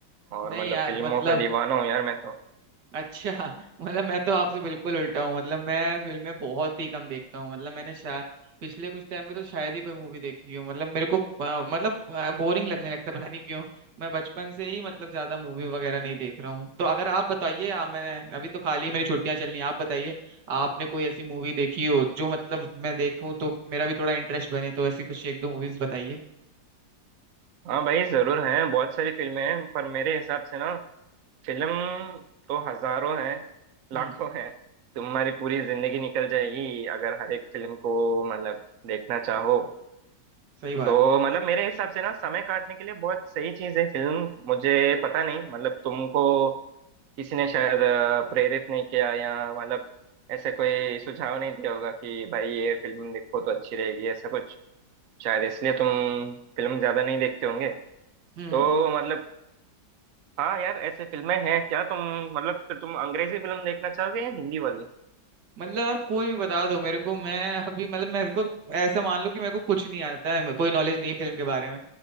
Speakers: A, on the right; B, on the right.
A: और
B: नहीं
A: मतलब
B: यार
A: फिल्मों
B: मतलब
A: का दीवाना हूँ यार मैं तो
B: अच्छा <laughs> मतलब मैं तो आपसे बिल्कुल उल्टा हूँ मतलब मैं फिल्में बहुत ही कम देखता हूँ मतलब मैंने शायद पिछले कुछ टाइम में तो शायद ही कोई मूवी देखी हो मतलब मेरे को अ, मतलब बोरिंग लगने लगता है पता नहीं क्यों मैं बचपन से ही मतलब ज्यादा मूवी वगैरह नहीं देख रहा हूँ तो अगर आप बताइए आप मैं अभी तो खाली मेरी छुट्टियां चल रही हैं आप बताइए आपने कोई ऐसी मूवी देखी हो जो मतलब मैं देखूं तो मेरा भी थोड़ा इंटरेस्ट बने तो ऐसी कुछ एक दो मूवीज बताइए
A: हाँ भाई जरूर हैं बहुत सारी फिल्में हैं पर मेरे हिसाब से ना फिल्म तो हजारों हैं लाखों
B: हम्म
A: हैं तुम्हारी पूरी जिंदगी निकल जाएगी अगर हर एक फिल्म को मतलब देखना चाहो
B: सही बात
A: तो
B: है
A: मतलब मेरे हिसाब से ना समय काटने के लिए बहुत सही चीज है फिल्म मुझे पता नहीं मतलब तुमको किसी ने शायद अ, प्रेरित नहीं किया या मतलब ऐसे कोई सुझाव नहीं दिया होगा कि भाई ये फिल्म देखो तो अच्छी रहेगी ऐसा कुछ शायद इसलिए तुम फिल्म ज्यादा नहीं देखते होंगे
B: हम्म
A: तो मतलब हाँ यार ऐसे फिल्में हैं क्या तुम मतलब तो तुम अंग्रेजी फिल्म देखना चाहोगे या हिंदी वाली
B: मतलब आप कोई भी बता दो मेरे को मैं अभी मतलब मेरे को ऐसा मान लो कि मेरे को कुछ नहीं आता है कोई नॉलेज नहीं है फिल्म के बारे में